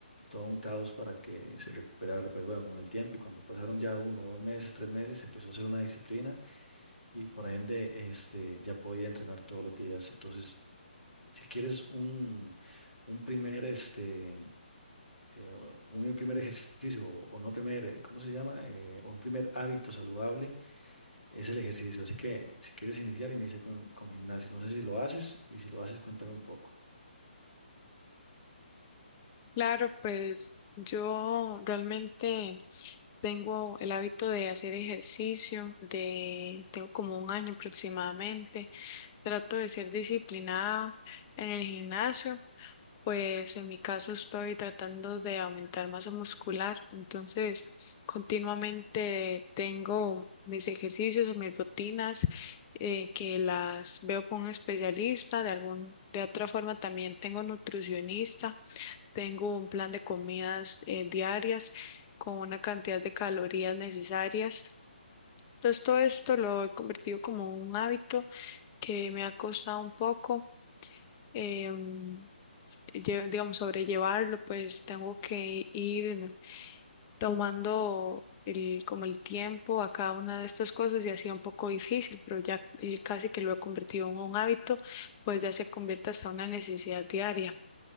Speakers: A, on the left (about 80°); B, on the left (about 25°).
A: todo un caos para que se recuperara, pero bueno, con el tiempo y cuando pasaron ya uno, dos meses, tres meses, empezó a ser una disciplina y por ende este, ya podía entrenar todos los días. Entonces, si quieres un, un primer, este, eh, o- un primer ejercicio o o no primer, eh, ¿cómo se llama? Eh, o un primer hábito saludable es el ejercicio. Así que si quieres iniciar, inicia con, con gimnasio. No sé si lo haces y si lo haces, cuéntame un poco.
B: Claro, pues yo realmente tengo el hábito de hacer ejercicio, de tengo como un año aproximadamente. Trato de ser disciplinada en el gimnasio Pues en mi caso estoy tratando de aumentar masa muscular, entonces continuamente tengo mis ejercicios o mis rutinas eh, que las veo con un especialista, de algún, de otra forma también tengo nutricionista, tengo un plan de comidas eh, diarias con una cantidad de calorías necesarias. Entonces todo esto lo he convertido como un hábito que me ha costado un poco. em, lle- digamos, sobrellevarlo, pues tengo que ir tomando el, como el tiempo a cada una de estas cosas y ha sido un poco difícil, pero ya eh, casi que lo he convertido en un hábito, pues ya se convierte hasta una necesidad diaria.